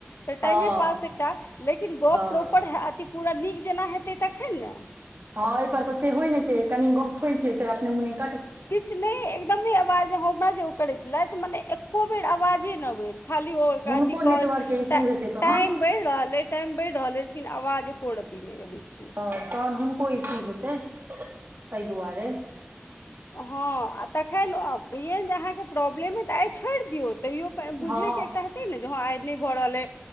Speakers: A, on the left; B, on the right.
A: फेर
B: हँ
A: टाइमे पास एकटा, लेकिन गप
B: हँ
A: प्रोपर हैत। ई पूरा नीक जेना हेतै तखन ने।
B: आ हँ एहि पर तऽ से होय नै छै कनी गप होइ छै फेर अपने मुने।
A: किछु नहि एकदमें आवाज हमरा जे ओ करैत छलथि मने एको बेर आवाजे नहि अबैत। खाली ओ ओकरा
B: हुनको
A: अथि
B: नेटवर्क
A: कॉल,
B: के इशू
A: टा
B: हेतै तहन
A: टाइम। बढ़ि रहल अइ टाईम बढ़ि रहल अई लेकिन आवाज एकोर रत्ती नहि अबैत छै।
B: हा तहन हुनको इशू हेतैन तै दुआरे।
A: हँ आ तखन कहियैन जे अहाँके प्रॉब्लम अइ तऽ आइ छोड़ि दियौ तैयो हा बुझेय
B: हँ
A: के एकटा हैतै ने जे हं आई नई भ रहल अए